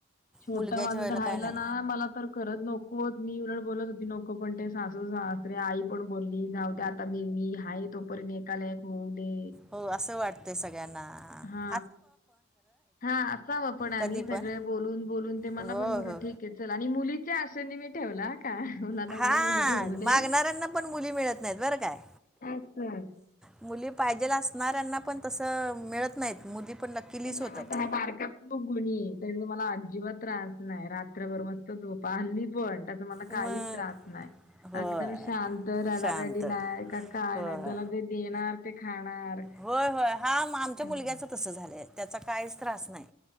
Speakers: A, on the left; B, in the centre.
A: छोटा
B: मुलग्याच्या
A: माझा
B: वेळेला
A: तर राहायला
B: काय नाही.
A: ना मला तर करत नको मी उलट बोलत होती नको पण ते सासू सासरे आई पण बोलली जावू दे! आता म मी आहे तोपर्यंत एकाला एक होऊदे.
B: हो असं वाटते सगळ्यांना
A: हा
B: आआ.
A: हा असाव पण आणि
B: कधी
A: सगळे
B: पण
A: बोलून बोलून ते
B: हो
A: मला पण बोले
B: हो
A: ठीक आ की चल आणि मुलीच्या आशेने मी ठेवलाय. काय मला आता
B: हा
A: मला मुलगी होऊ दे
B: मागणाऱ्यांना पण मुली मिळत नाहीत बरं काय
A: अच्छा.
B: मुली पाहिजेल असणाऱ्यांना पण तसं मिळत नाहीत मुली पण लकीलीच
A: पण
B: होतात
A: आता हा बारक. खूप गुणी आहे त्याने मला अजिबात त्रास नाही रात्रभर मस्त झोपा हानली पण अग मला
B: मग
A: काहीच त्रास नाही
B: होय
A: अगदम शांत रडारडी
B: शांत
A: नाही का काय
B: होय
A: नाही त्याला जे देणार ते खाणार
B: होय होय हा म आमच्या
A: असं
B: मुलग्याच
A: आहे.
B: तसं झालंय त्याचा काहीच त्रास नाही